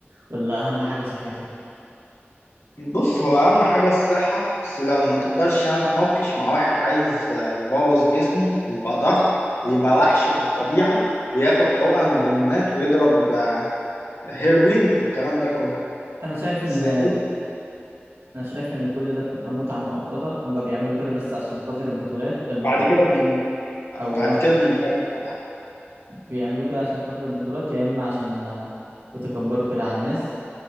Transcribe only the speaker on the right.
ولا اهم حاجة صحتك
انا شايف ان
انا شايف ان كل ده بتبقى متعه مؤقته هم بيعملوا كده بس عشان خاطر البطولات البطولات
او
بيعملوا كده عشان خاطر البطولات يا اما عشان آه، يتكبروا كده على الناس